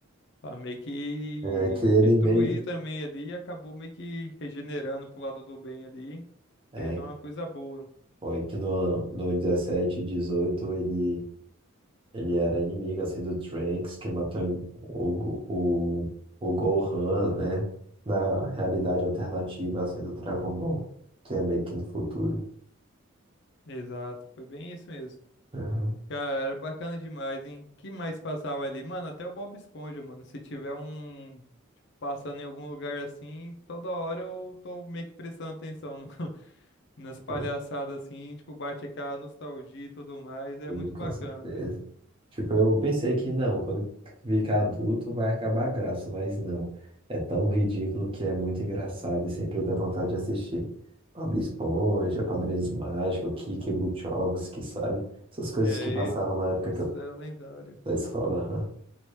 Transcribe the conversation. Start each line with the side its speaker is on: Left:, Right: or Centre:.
Left: pra meio que
Right: é que ele
Left: destruir
Right: meio.
Left: também ali e acabou meio que regenerando pro lado do bem ali.
Right: É,
Left: Fez
Right: é,
Left: uma coisa boa.
Right: foi que no, no 17 e 18 ele Ele era inimigo assim do Trunks que matou o, Go- o, o Gohan, né? Na realidade alternativa assim do Dragon Ball, que é meio que no futuro.
Left: Exato, foi bem isso mesmo.
Right: Aham,
Left: Cara, era bacana demais, hein? Que mais passava ali? Mano, até o Bob Esponja, mano. Se tiver um, tipo, passando em algum lugar assim, toda hora eu tô meio que prestando atenção no, <laughs> nas palhaçadas
Right: né?
Left: assim, tipo, bate aquela nostalgia e tudo mais. É
Right: Sim,
Left: muito
Right: com
Left: bacana,
Right: certeza.
Left: velho.
Right: Tipo, eu pensei que não, quando ficar adulto vai acabar a graça, mas não. É tão ridículo que é muito engraçado e sempre dá vontade de assistir. Bob Esponja, Padrinhos Mágicos, Kiki Butovski, sabe? Essas coisas
Left: É,
Right: que passavam
Left: e-
Right: na época
Left: esses
Right: que eu,
Left: eram lendários.
Right: da escola, aham.